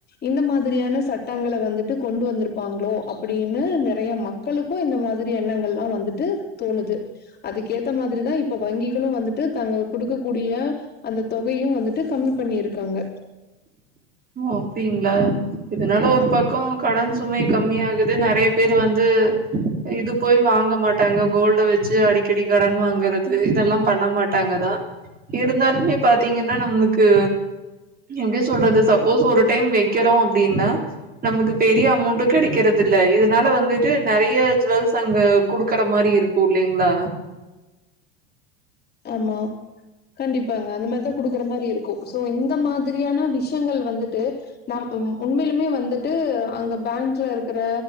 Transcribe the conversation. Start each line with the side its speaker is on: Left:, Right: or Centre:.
Left: இந்த மாதிரியான சட்டங்கள வந்துட்டு கொண்டு வந்திருப்பாங்களோ அப்டின்னு நெறைய மக் க்களுக்கு இந்த மாதிரி எண்ணங்கள்லா வந்துட்டு தோணுது அதுக்கேத்த மாதிரிதா இப்போ வங்கிகளு வந்துட்டு தங்க குடுக்க கூடிய அந்த தொகையு வந்துட்டு கம்மி பண்ணிருக்காங்க
Right: ஒ அப்டிங்ளா இதனால ஒரு பக்கோ கடன் சுமை கம்மியாகுது நெறைய பேர் வந்து இது போய் வாங்க மாட்டாங்க கோல்ட வச்சு அடிக்கடி கடன் வாங்கறது இதெல்லா பண்ண மாட்டாங்கதா இருந்தாலுமே பாத்தீங்கன்னா நம்ளுக்கு எப்டி சொல்றது சப் போஷ் ஒரு டைம் வெக்கிறோ அப்டின்னா நம்ளுக்கு பெரிய அமௌண்டு கெடைக்கிறது இல்ல இதுனால வந்துட்டு நெறைய ஜுவல்ஸ் அங்க குடுக்குற மாரி இருக் கூலிங்ளா
Left: ஆமா கண்டிப்பாங்க அந்த மார்தா குடுக்கற மாதி இருக்கூ சோ இந்த மாதிரியான விஷயங்கள் வந்துட்டு நம் ம் உண்மைலுமே வந்துட்டு அங்க பேங்க்ல இருக்கிற